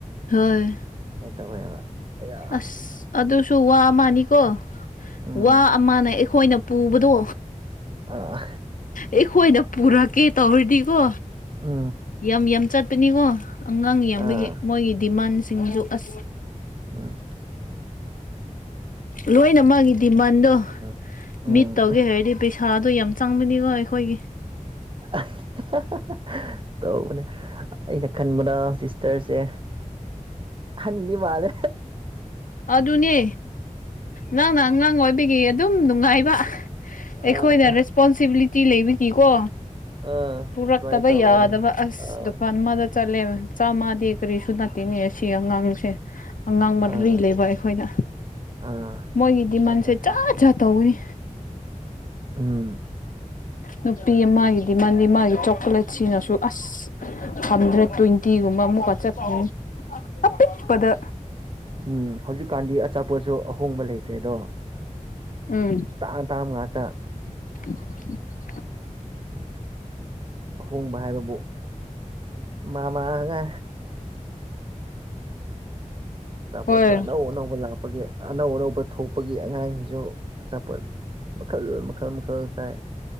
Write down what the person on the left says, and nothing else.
ꯍꯣꯏ
ꯑꯁ ꯑꯗꯨꯁꯨ ꯋꯥ ꯑꯃꯅꯤꯀꯣ
ꯋꯥ ꯑꯃꯅ ꯑꯩꯈꯣꯏꯅ- ꯄꯨꯕꯗꯣ
ꯑꯩꯈꯣꯏꯅ ꯄꯨꯔꯛꯀꯦ ꯇꯧꯔꯤꯗꯤꯀꯣ
ꯌꯥꯝ ꯌꯥꯝ ꯆꯠꯄꯅꯤꯀꯣ ꯑꯉꯥꯡ
ꯌꯥꯝꯕꯒꯤ ꯃꯣꯏꯒꯤ ꯗꯤꯃꯥꯟꯁꯤꯡꯁꯨ ꯑꯁ
ꯂꯣꯏꯅ ꯃꯥꯒꯤ ꯗꯤꯃꯥꯟꯗꯣ
ꯃꯤꯠ ꯇꯧꯒꯦ ꯍꯥꯏꯔꯗꯤ ꯄꯩꯁꯥ ꯊꯥꯗꯣ ꯌꯥꯝ ꯆꯪꯕꯅꯤꯀꯣ ꯑꯩꯈꯣꯏꯒꯤ
ꯑꯗꯨꯅꯦ ꯅꯪꯅ ꯑꯉꯥꯡ ꯑꯣꯏꯕꯒꯤ ꯑꯗꯨꯝ ꯅꯨꯡꯉꯥꯏꯕ ꯑꯩꯈꯣꯏꯅ
ꯔꯦꯁꯄꯣꯟꯁꯤꯕꯤꯂꯤꯇꯤ ꯂꯩꯕꯒꯤ ꯀꯣ
ꯄꯨꯔꯛꯇꯕ
ꯌꯥꯗꯕ ꯑꯁ
ꯗꯨꯀꯥꯟ ꯑꯃꯥꯗ ꯆꯠꯂꯦꯕ ꯆꯥꯝꯃꯗꯤ ꯀꯔꯤꯁꯨ ꯅꯥꯇꯦꯅꯦ ꯁꯤ ꯑꯉꯥꯡꯁꯦ ꯑꯉꯥꯡ ꯃꯔꯤ
ꯂꯩꯕ ꯑꯩꯈꯣꯏꯅ
ꯃꯣꯏꯒꯤ ꯗꯤꯃꯥꯟꯁꯦ
ꯖꯥꯠ
ꯖꯥꯠ ꯇꯧꯕꯅꯤ
ꯅꯨꯄꯤ ꯑꯃꯒꯤ ꯗꯤꯃꯥꯟꯗꯤ ꯃꯥꯒꯤ ꯆꯣꯀꯣ꯭ꯂꯦꯠꯁꯤꯅꯁꯨ ꯑꯁ ꯍꯟꯗ꯭ꯔꯦꯠ ꯇ꯭ꯋꯦꯟꯇꯤꯒꯨꯝꯕ ꯑꯃꯨꯛꯀ ꯆꯠꯈꯔꯅꯤ ꯑꯄꯤꯛꯄꯗ
ꯎꯝ
<inaudible>
ꯍꯣꯏ